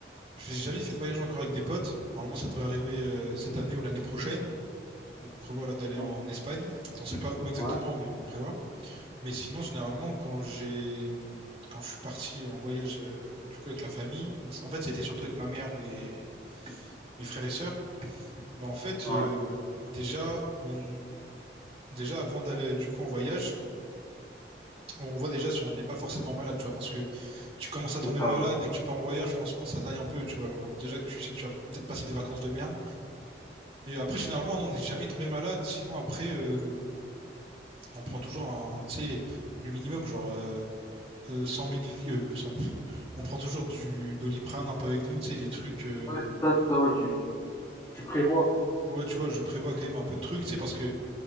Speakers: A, on the right; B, on the left.
A: J'ai jamais fait de voyage encore avec des potes. Normalement, ça devrait arriver euh, cette année ou l'année prochaine. Donc on prévoit là d'aller en
B: Mm.
A: Espagne. On sait pas où exactement,
B: Ouais,
A: mais on prévoit. Mais sinon, généralement, quand j'ai quand je suis parti en voyage euh, du coup avec la famille, donc en fait, ça a été surtout avec ma mère et, mes frères et sœurs, bah en fait,
B: ouais,
A: euh, déjà, on, déjà avant d'aller du coup en voyage, on voit déjà si on n'est pas forcément malade, tu vois, parce que tu commences à tomber
B: c'est ça.
A: malade
B: Ouais,
A: dès que tu pars en voyage, franchement, ça daille un peu, tu vois. Genre, déjà que tu sais que tu vas peut-être passer des vacances de merde. Mais après, généralement, non, on n'est jamais tombé malade, sinon après, euh, on prend toujours un, tu sais, le minimum, genre euh, euh, 100 milli- euh, 100 on prend toujours du Doliprane un peu avec nous, tu sais, les trucs. euh,
B: Ouais, c'est ça, c'est ça, ouais, tu, tu tu prévois.
A: Ouais, tu vois, je prévois quand même un peu de trucs, tu sais, parce que